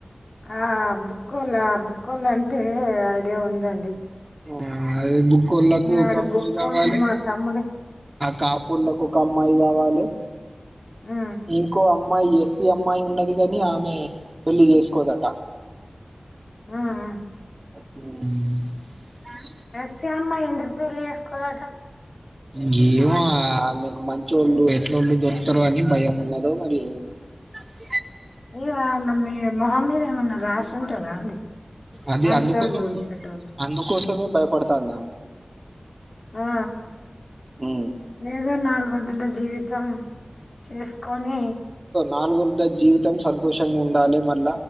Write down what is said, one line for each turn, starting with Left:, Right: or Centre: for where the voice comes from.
Left: ఆ బుక్కోలా బుక్కొలంటే ఐడియా ఉందండి
Right: ఆ అది బుక్కోళ్లకు ఒక
Left: ఆడు
Right: అమ్మాయి
Left: బుక్కోళ్ళు
Right: కావాలె
Left: మా తమ్ముడు
Right: కాపొల్లకు ఒక అమ్మాయి గవాలె
Left: హ్మ్
Right: ఇంకో అమ్మాయి ఎస్సీ అమ్మాయి ఉన్నది గని ఆమె పెళ్లిి చేసుకోదట
Left: అ అ
Right: ఉమ్
Left: ఎస్సి అమ్మాయి ఎందుకు పెళ్లి చేసుకోదట
Right: గేమొ ఆమెకు మంచోళ్ళు ఎట్లోళ్ళు దొరుకుతరో అని భయం ఉన్నదో మరి ఏమున్న బ్లాంక్
Left: ఇగ వాళ్ళ మీ మొహం మీద ఏమన్న రాశింటుద అండి
Right: అది
Left: మంచోళ్ళు
Right: అందుకోసం
Left: చెడ్డోళ్ళు
Right: అందుకోసమే భయపడతంది ఆమె
Left: ఆ
Right: ఉమ్
Left: ఏదో నాలుగు వంతుల జీవితం చేసుకొని
Right: నాలుగొద్దుల జీవితం సంతోషంగ ఉండాలి మళ్ళ